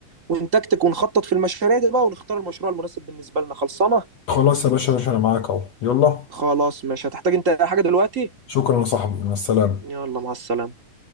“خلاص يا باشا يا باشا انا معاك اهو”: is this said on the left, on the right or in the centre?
Left